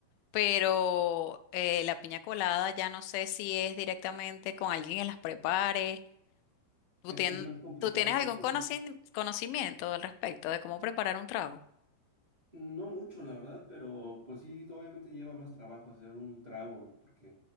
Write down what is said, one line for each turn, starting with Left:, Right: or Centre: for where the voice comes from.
Left: pero eh, la piña colada ya no sé si es directamente con alguien que las prepare. ¿Tú,
Right: Es
Left: tien-
Right: que es más complicado
Left: tú tienes
Right: porque
Left: algún conocin-
Right: sí-
Left: conocimiento al respecto de cómo preparar un trago?
Right: no mucho, la verdad, pero pues sí, obviamente lleva más trabajo hacer un trago, porque,